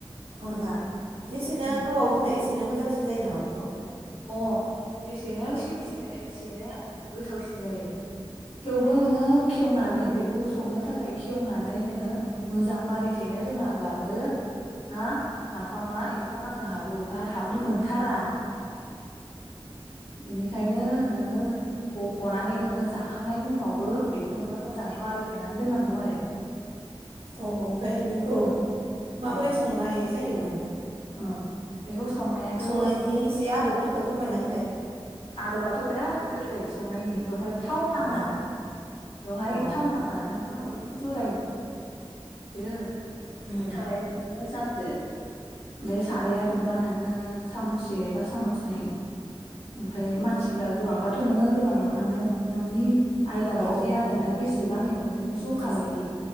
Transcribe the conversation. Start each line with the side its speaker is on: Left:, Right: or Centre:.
Right: अ
Left: औ
Right: नङा जेसे नो
Left: उम
Right: गोबाव दोनो एसेनो मोजांसिन जायो नामा बेखौ
Left: अ जेसेनो सेवसिनो एसेनो गोथावसिन जायो थेवबो नोङो खेवनानै
Right: औ
Left: बेखौ संनो थाखाय खेवनानै नोङो मोजां मारिथेनो रोङाब्लाबो नोंहा नाफामा एम्फौ नांनो हागौ बार हाबनो मोनथारा इनिखायनो नोङो बख'नानै नोङो जाखांनायनि उनावबो बेखौ नोङो मोजाङै मारिथेनानै दोननांगौ आरो।
Right: अ ओमफाय बेखौ
Left: उम
Right: माबोरै
Left: उम
Right: संनाय जायो माने
Left: अ बेखौ संनायाथ'
Right: संनायनि एसे आदबफोरखो फोरमायना होलाय।
Left: आदबाथ' बिराद गोरलै संनायनि बेवहाय थाव
Right: औ
Left: नाङा बेवहाय
Right: औ
Left: थाव नाङा नोङो अरखौ जराय दो
Right: उम
Left: सारायखौ नोङो जान दो ओमफाय साराया दुंबा नोङो सामुससे बा सामुसनै ओमफाय मानसिफ्रा गोबांबाथ' नोङो गोबां एवनांगोन नोंनि आयदा बायदि
Right: औ
Left: आरो
Right: औ
Left: नों बेसेबां एवनो नोंनि ज'खा
Right: औ
Left: बायदि